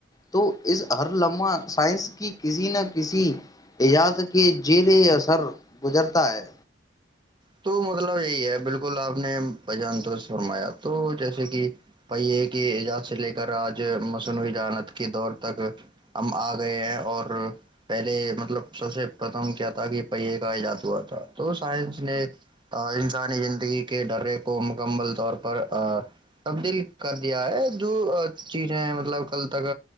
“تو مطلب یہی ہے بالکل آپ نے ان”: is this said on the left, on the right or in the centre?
Right